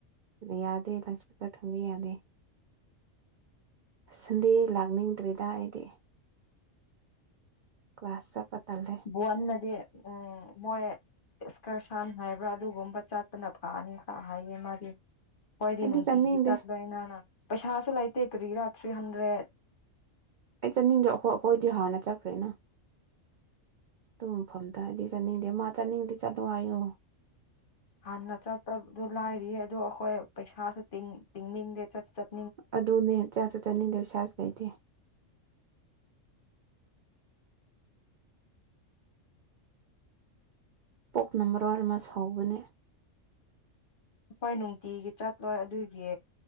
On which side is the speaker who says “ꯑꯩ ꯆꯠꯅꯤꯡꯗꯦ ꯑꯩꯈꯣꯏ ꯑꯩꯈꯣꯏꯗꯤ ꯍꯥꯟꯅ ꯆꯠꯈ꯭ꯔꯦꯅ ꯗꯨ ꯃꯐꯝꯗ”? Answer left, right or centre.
Right